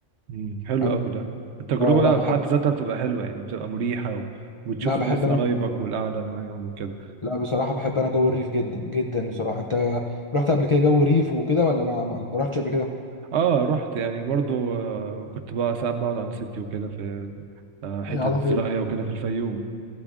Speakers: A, on the right; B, on the left.
A: امم حلو
B: فاهم
A: قوي ده التجربة
B: اه لا بحب
A: في حد ذاتها بتبقى حلوة يعني بتبقى مريحة و... وتشوف
B: لا بحب
A: ناس
B: انا
A: قرايبك والقعدة معاهم وكده
B: لا بصراحة بحب أنا جو الريف جدا جدا بصراحة أنت رحت قبل كده جو ريف وكده ولا ما ما ما رحتش قبل كده؟
A: اه رحت يعني برضو آه، كنت بقى ساعات بقعد عند ستي وكده في آه، حتت
B: هي قاعدة فين؟
A: زراعية وكده في الفيوم